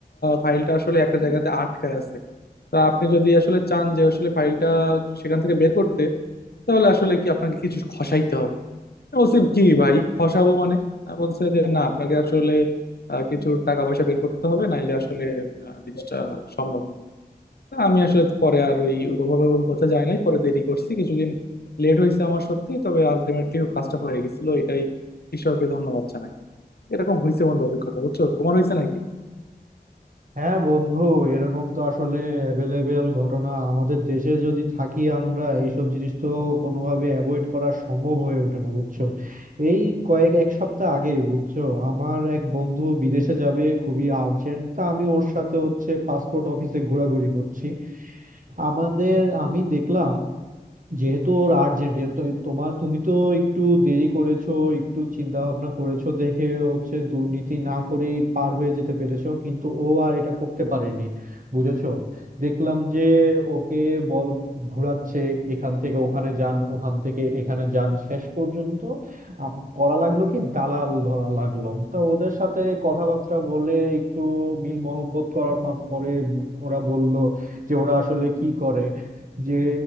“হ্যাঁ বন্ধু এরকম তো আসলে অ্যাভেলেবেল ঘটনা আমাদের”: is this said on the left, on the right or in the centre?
Right